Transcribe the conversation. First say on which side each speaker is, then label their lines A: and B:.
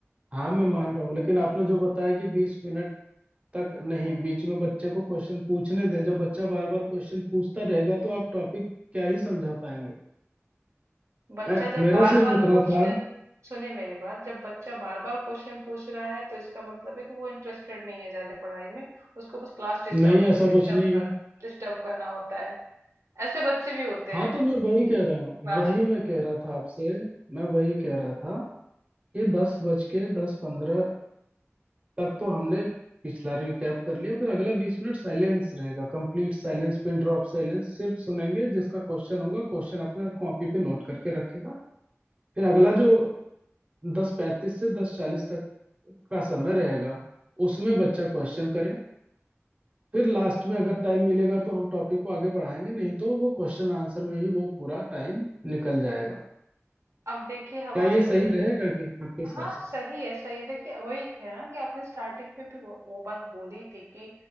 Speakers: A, on the right; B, on the right.
A: हाँ मैं मान रहा हूँ लेकिन आपने जो बताया कि बीस मिनट तक नहीं
B: हम्म।
A: बीच में बच्चे को क्वेश्चन पूछने दें जब बच्चा बार बार क्वेश्चन पूछता रहेगा तो आप टॉपिक क्या ही समझा पाएंगे
B: बच्चा
A: मैं
B: जब
A: मेरा
B: बार
A: सिर्फ
B: बार
A: इतना
B: क्वेश्चन
A: था
B: सुनिए मेरी बात जब बच्चा बार बार क्वेश्चन पूछ रहा है तो इसका मतलब है कि वो इंटरेस्टेड नहीं है ज्यादा पढ़ाई में उसको बस क्लास डिस्टर्ब
A: नहीं ऐसा कुछ
B: डिस्टर्ब
A: नहीं
B: कर
A: है
B: डिस्टर्ब करना होता है ऐसे बच्चे भी होते
A: हाँ
B: हैं
A: तो मैं वही कह रहा हूँ
B: क्लास
A: वही
B: में
A: मैं कह रहा था आपसे मैं वही कह रहा था कि दस बज के दस पंद्रह तक तो हमने पिछला रिकैप कर लिया फिर अगला बीस मिनट साइलेंस रहेगा complete silence pin drop silence सिर्फ सुनेंगे जिसका क्वेश्चन होगा क्वेश्चन अपना कॉपी पे नोट करके रखेगा फिर अगला जो दस पैंतीस से दस चालीस तक का समय रहेगा उसमें बच्चा क्वेश्चन करे फिर लास्ट में अगर टाइम मिलेगा तो हम टॉपिक को आगे बढ़ाएंगे नहीं तो वो क्वेश्चन आंसर में ही वो पूरा टाइम निकल जाएगा
B: अब देखिए हमारे
A: क्या ये सही
B: जो
A: रहेगा कि नहीं आपके हिसाब
B: हाँ
A: से
B: सही है सही है देखिए वही है ना कि आपने स्टार्टिंग में भी वो, वो बात बोली थी कि